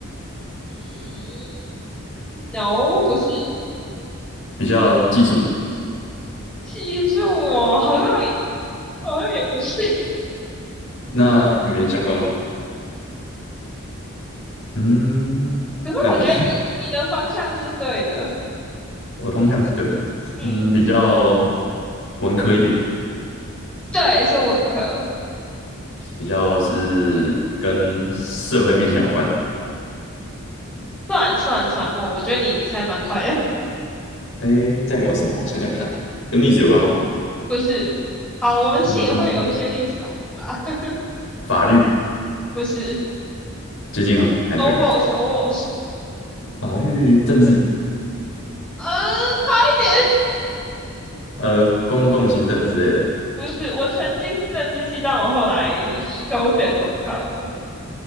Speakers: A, in the centre; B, on the left (about 60°).
A: 嗯，no，不是，
B: 比较技术的？
A: 其实我好像好像也不是。
B: 那语言相关吗？嗯，
A: 可是我觉得你你的方向是对的，
B: 那你 <laughs> 我的方向是对的。
A: 嗯，
B: 嗯，比较文科一点的，
A: 对，是文科，
B: 比较是跟社会面向有关的。
A: 算算算，我我觉得你还蛮快的，
B: 哎，这样有什么？我想想看，跟历史有关吗？
A: <laughs> 不是？好，我们系也会有一些历史老师啊，
B: 嗯，
A: <laughs>
B: 法律
A: 不是
B: 接近吗？还是没有？
A: ，almost almost，
B: 法律、政治，
A: 嗯，差一点，
B: 呃，公共行政之类的。
A: <laughs> 不是，我曾经是政治系，但我后来休学重考了。